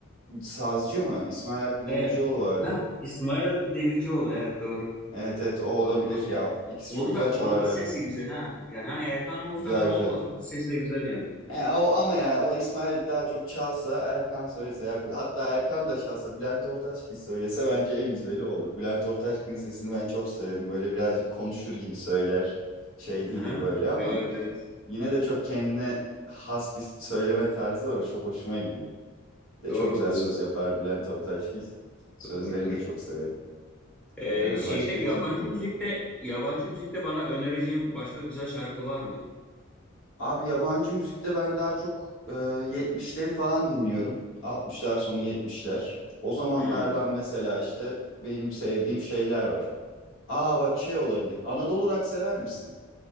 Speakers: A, on the left; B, in the centre.
A: sazcı mı? İsmail Hakkı Demircioğlu
B: Evet.
A: vardı.
B: Heh, İsmail Hakkı Demircioğlu. Evet doğru.
A: Evet evet o olabilir
B: Doğru doğru.
A: ya. İkisi
B: Onun
A: çok güzel
B: da
A: çalarlar
B: onun da sesi
A: çünkü.
B: güzel ha. Yani hani Erkan Oğur
A: Güzel
B: kadar olmasa
A: güzel.
B: da sesi de güzel yani.
A: E, o, ama yani o İsmail daha çok çalsa Erkan söylese ya hatta Erkan da çalsa Bülent Ortaçgil söylese bence en güzeli o olur. Bülent Ortaçgil'in sesini ben çok severim. Böyle birazcık konuşur gibi söyler. Şey
B: Hı-hı.
A: değildir böyle ama
B: Evet evet.
A: yine de çok kendine has bir söyleme tarzı var. O çok hoşuma gidiyor. Bir De
B: Doğrudur
A: çok güzel
B: doğrudur.
A: söz yapar Bülent Ortaçgil. Sözlerini
B: Doğrudur.
A: de çok severim.
B: E,
A: Ee,
B: şeyde
A: başka
B: yabancı
A: kim vardı?
B: müzikte yabancı müzikte bana önereceğin başka güzel şarkı var mı?
A: Abi yabancı müzikte ben daha çok e, 70'leri falan dinliyorum. 60'lar sonu 70'ler. O zamanlardan
B: Hı.
A: mesela işte benim sevdiğim şeyler var. Aa bak şey olabilir. Anadolu Rock sever misin?